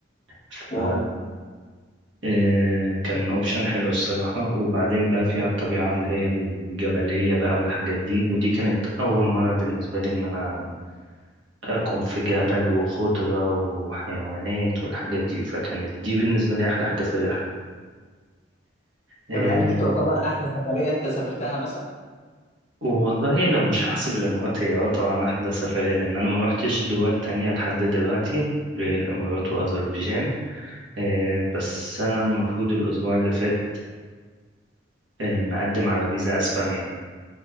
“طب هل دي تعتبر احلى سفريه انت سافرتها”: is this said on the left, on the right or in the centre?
Left